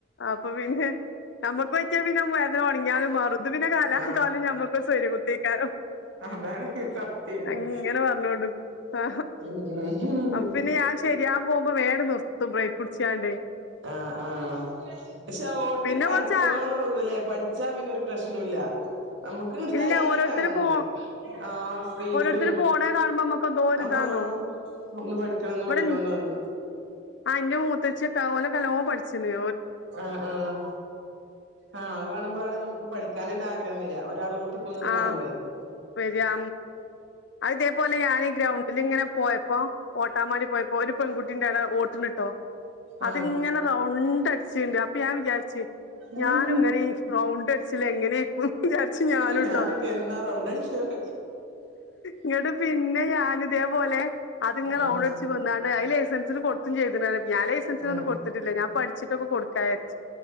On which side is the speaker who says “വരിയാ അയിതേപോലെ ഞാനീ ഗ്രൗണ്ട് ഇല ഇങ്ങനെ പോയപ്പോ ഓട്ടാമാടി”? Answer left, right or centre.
Left